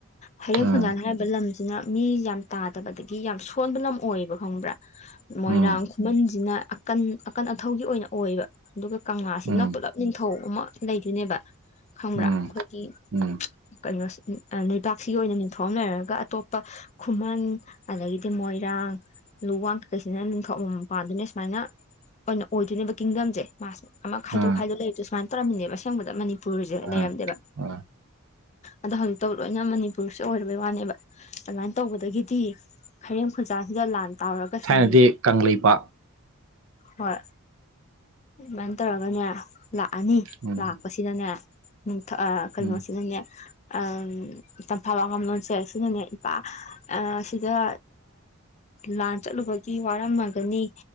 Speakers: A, on the left (about 30°); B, on the right (about 65°).
A: ꯍꯩꯔꯦꯝ
B: ꯑꯥ
A: ꯈꯨꯟꯖꯥꯟ ꯍꯥꯏꯔꯤꯕ ꯂꯝꯁꯤꯅ ꯃꯤ ꯌꯥꯝ ꯇꯥꯗꯕꯗꯒꯤ ꯌꯥꯝ ꯁꯣꯟꯕ ꯂꯝ ꯑꯣꯏꯌꯦꯕ ꯈꯪꯕ꯭ꯔꯥ ꯃꯣꯏꯔꯥꯡ
B: ꯎꯝ
A: ꯈꯨꯃꯟꯁꯤꯅ ꯑꯀꯟ ꯑꯀꯟ ꯑꯊꯧꯒꯤ ꯑꯣꯏꯅ ꯑꯣꯏꯕ ꯑꯗꯨꯒ ꯀꯪꯂꯥꯁꯤꯅ
B: ꯎꯝ
A: ꯄꯨꯜꯂꯞ ꯅꯤꯡꯊꯧ ꯑꯃ ꯂꯩꯗꯣꯏꯅꯦꯕ ꯈꯪꯕ꯭ꯔꯥ
B: ꯎꯝ
A: ꯑꯩꯈꯣꯏꯒꯤ
B: ꯎꯝ
A: ꯀꯩꯅꯣꯁꯦ ꯕꯥꯛꯁꯤꯒꯤ ꯑꯣꯏꯅ ꯅꯤꯡꯡꯊꯧ ꯑꯃ ꯂꯩꯔꯒ ꯑꯇꯣꯞꯄ ꯈꯨꯃꯟ ꯑꯗꯒꯤꯗꯤ ꯃꯣꯏꯔꯥꯡ ꯂꯨ ꯋꯥꯡꯊꯛꯀꯩꯁꯤꯅ ꯅꯤꯡꯊꯛ ꯑꯃ ꯃꯝ ꯄꯥꯟꯗꯨꯅꯦ ꯁꯨꯃꯥꯏꯅ ꯑꯣꯏꯅ ꯑꯣꯏꯗꯣꯏꯅꯦꯕ ꯀꯤꯡꯗꯝꯁꯦ ꯃꯥꯁ ꯑꯃ ꯈꯥꯏꯗꯣꯛ
B: ꯎꯝ
A: ꯈꯥꯏꯗꯣꯛ ꯂꯩꯕꯗꯣ ꯁꯨꯃꯥꯏꯅ ꯇꯧꯔꯝꯃꯤꯅꯦꯕ ꯑꯁꯦꯡꯕꯗ ꯃꯅꯤꯄꯨꯔꯁꯦ
B: ꯎꯝ
A: ꯂꯩꯔꯝꯗꯦꯕ
B: ꯎꯝ
A: ꯑꯗ ꯍꯧꯟꯟ ꯇꯧ ꯂꯣꯏꯅ ꯃꯅꯤꯄꯨꯔꯁꯦ ꯑꯣꯏꯔꯕꯩ ꯋꯥꯅꯦꯕ ꯑꯗꯨꯃꯥꯏꯅ ꯇꯧꯕꯗꯒꯤꯗꯤ ꯍꯩꯔꯦꯝ ꯈꯨꯖꯥꯁꯤꯗ ꯂꯥꯟ ꯇꯥꯎꯔꯒꯁꯨꯝ
B: ꯊꯥꯏꯅꯗꯤ ꯀꯪꯂꯩꯄꯥꯛ
A: ꯍꯣꯏ ꯑꯗꯨꯃꯥꯏꯅ ꯇꯧꯔꯒꯅꯦ ꯂꯥꯛꯑꯅꯤ
B: ꯎꯝ
A: ꯂꯥꯛꯄꯁꯤ ꯁꯤꯗꯅꯦ ꯅꯨꯡꯊ ꯑ ꯀꯩꯅꯣꯁꯤꯅꯅꯦ
B: ꯎꯝ
A: ꯎꯝ ꯇꯝꯐꯕ ꯑꯉꯝꯂꯣꯟꯁꯦ ꯁꯤꯅꯅꯦ ꯏꯄꯥ ꯁꯤꯗ ꯂꯥꯟ ꯆꯠꯂꯨꯕꯒꯤ ꯋꯥꯔꯝꯃꯒꯅꯤ